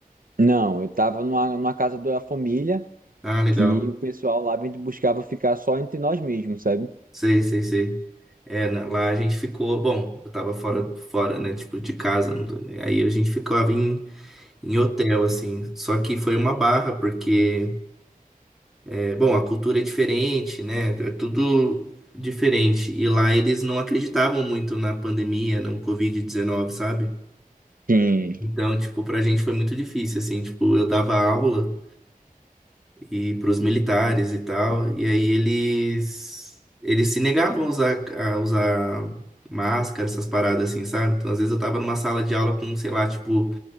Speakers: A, on the right; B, in the centre.
A: Não, eu tava numa, numa casa da família
B: Ah, legal.
A: que o pessoal lá me buscava ficar só entre nós mesmos, sabe?
B: Sei, sei, sei. É, na- lá a gente ficou, bom, eu tava fora, fora, né, tipo, de casa. não tô- Aí a gente ficava em, em hotel, assim. Só que foi uma barra, porque... É, Bom, a cultura é diferente, né? É tudo diferente. E lá eles não acreditavam muito na pandemia, no Covid-19, sabe?
A: Sim.
B: Então, tipo, pra gente foi muito difícil, assim. Tipo, eu dava aula e pros militares e tal, e aí eles eles se negavam a usar, a usar máscara, essas paradas assim, sabe? Então, às vezes eu tava numa sala de aula com, sei lá, tipo,